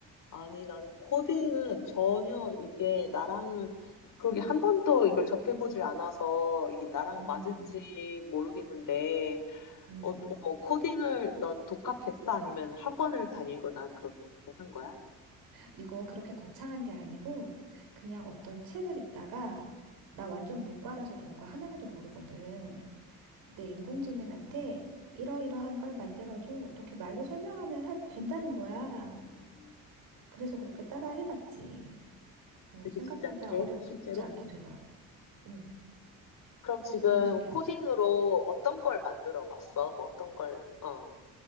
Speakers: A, on the left (about 60°); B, on the right (about 80°).
A: 아니, 나는 코딩은 전혀 이게 나랑은 그러게 한 번도 이걸 접해보질 않아서 이게 나랑
B: 음,
A: 맞을지 모르겠는데,
B: 음.
A: 어, 어, 코딩을 넌 독학했어? 아니면 학원을 다니거나 그렇게 한 거야?
B: 이거 그렇게 거창한 게 아니고 그냥 어떤 책을 읽다가 나 완전 문과라서 그런 거 하나도 모르거든. 근데 인공지능한테 이러이러한 걸 만들어줘. 이렇게 말로 설명하면 할, 된다는 거야.
A: 음,
B: 그래서 그렇게 따라 해봤지. 어,
A: 그게
B: 생각보다
A: 진짜 돼?
B: 어렵지
A: 실제로?
B: 않게 되더라고. 응,
A: 그럼 지금
B: 너무 신기하지.
A: 코딩으로 어떤 걸 만들어 봤어? 뭐 어떤 걸, 어,